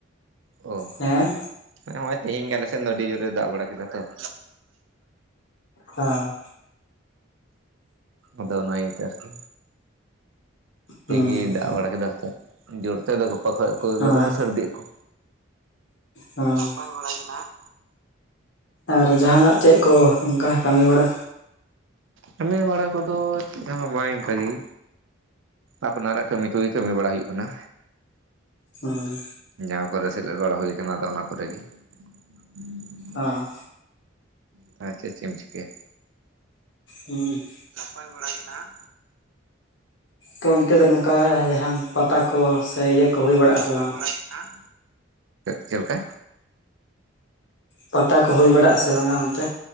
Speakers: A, on the right (about 70°); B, on the left (about 60°).
A: ᱚ <unintelligible>
B: ᱦᱮᱸ ᱦᱮᱸ
A: ᱢᱟᱱᱮ ᱱᱚᱜᱚᱭ ᱛᱮᱦᱮᱧ ᱜᱮ ᱟᱞᱮ ᱥᱮᱱ ᱫᱚ ᱟᱹᱰᱤ ᱡᱳᱨᱮ ᱫᱟᱜ ᱵᱟᱲᱟ ᱠᱮᱫᱟ ᱛᱚ <unintelligible>
B: ᱦᱮᱸ᱾
A: ᱟᱫᱚ ᱚᱱᱟ ᱤᱭᱟᱹᱛᱮ ᱟᱨᱠᱤ ᱫᱤᱱ
B: ᱦᱩᱸ
A: ᱜᱮ
B: ᱦᱩᱸ
A: ᱫᱟᱜ ᱵᱟᱲᱟ ᱠᱮᱫᱟ ᱦᱚᱛᱮᱫ ᱡᱳᱨ ᱛᱮᱫᱚ ᱜᱟᱯᱟ ᱠᱷᱚᱡ ᱠᱚ
B: ᱦᱚᱸ
A: ᱞᱟᱜᱟᱜᱼᱟ ᱥᱟᱹᱨᱫᱤᱜ ᱟᱠᱚ
B: ᱦᱚᱸ᱾
A: ᱱᱟᱯᱟᱭ ᱵᱟᱲᱟ ᱜᱮ ᱱᱟᱦᱟᱸᱜ᱾
B: ᱟᱨ ᱡᱟᱦᱟᱱᱟᱜ ᱪᱮᱫ ᱠᱚ ᱚᱱᱠᱟ ᱠᱟᱹᱢᱤ ᱵᱟᱲᱟ
A: ᱠᱟᱹᱢᱤ ᱵᱟᱲᱟ ᱠᱚᱫᱚ ᱪᱮᱫ ᱦᱚᱸ ᱵᱟᱝ ᱤᱱᱠᱟᱹᱜ ᱜᱮ ᱟᱯᱱᱟᱨᱟᱜ ᱠᱟᱹᱢᱤ ᱠᱚᱜᱮ ᱠᱟᱹᱢᱤ ᱵᱟᱲᱟ ᱦᱩᱭᱩᱜ ᱠᱟᱱᱟ᱾
B: ᱦᱩᱸ᱾
A: ᱡᱟᱦᱟᱸ ᱠᱚᱨᱮ ᱥᱮᱞᱮᱫ ᱵᱟᱲᱟ ᱦᱩᱭ ᱟᱠᱟᱱᱟ ᱟᱫᱚ ᱚᱱᱟ ᱠᱚᱨᱮᱜ ᱜᱮ ᱦᱩᱸ᱾
B: ᱚ᱾
A: <unintelligible> ᱪᱮᱫ ᱪᱮᱫ ᱮᱢ ᱪᱤᱠᱟᱹᱭᱟ?
B: ᱦᱩᱸ᱾
A: ᱱᱟᱯᱟᱭ ᱵᱟᱲᱟ ᱜᱮᱦᱟᱜ᱾
B: ᱛᱚ ᱚᱱᱛᱮ ᱫᱚ ᱱᱚᱝᱠᱟ ᱡᱟᱦᱟᱱ ᱯᱟᱛᱟ ᱠᱚ ᱥᱮ ᱤᱭᱟᱹ ᱠᱚ ᱦᱩᱭ ᱵᱟᱲᱟᱜ
A: ᱱᱟᱯᱟᱭ
B: ᱟᱥᱮ ᱵᱟᱝᱟ
A: ᱵᱟᱲᱟᱜ ᱜᱮᱦᱟᱜ, ᱪᱮᱫ <unintelligible> ᱞᱮᱠᱟ?
B: ᱯᱟᱛᱟ ᱠᱚ ᱦᱩᱭ ᱵᱟᱲᱟᱜᱼᱟ ᱥᱮ ᱵᱟᱝᱟ ᱚᱱᱛᱮ?